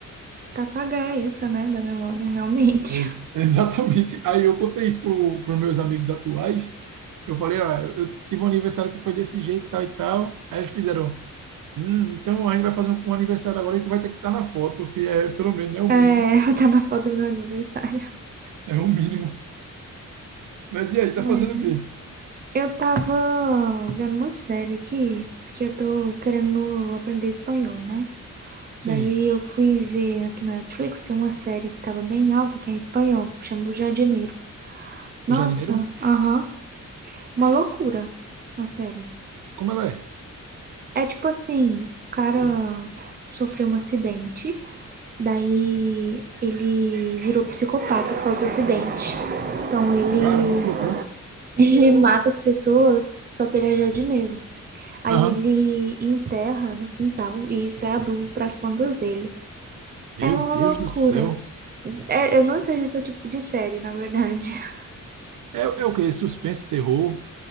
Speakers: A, on the right; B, on the right.
A: pra apagar essa, né, da memória, realmente.
B: <laughs>
A: <laughs>
B: Exatamente. Aí eu contei isso pro, pros meus amigos atuais. Eu falei, ó, eu tive um aniversário que foi desse jeito, tal e tal. Aí eles fizeram, "Hum, então a gente vai fazer um, um aniversário agora e tu vai ter que estar na foto, filho. É, pelo menos, é o
A: É, <laughs>
B: mínimo.
A: tá na foto do meu aniversário.
B: É o mínimo. Mas e aí, tá
A: Ai,
B: fazendo o quê?
A: Eu tava vendo uma série aqui, porque eu tô querendo aprender espanhol, né?
B: Sim,
A: Daí eu fui ver aqui na Netflix, tem uma série que tava bem alta, que é em espanhol, chama O Jardineiro. Nossa,
B: o jardineiro?
A: aham, uma loucura a série.
B: Como ela é?
A: É tipo assim, o cara sofreu um acidente, daí ele virou psicopata por causa do acidente. Então ele,
B: Caramba, que loucura.
A: <laughs> ele mata as pessoas, só que ele é jardineiro. Aí
B: Aham.
A: ele enterra no quintal, e isso é adubo para as plantas dele.
B: Meu
A: É uma
B: Deus
A: loucura.
B: do céu.
A: É, eu não sei se esse é o tipo de série, na verdade. <laughs>
B: É, é o quê? Suspense, terror,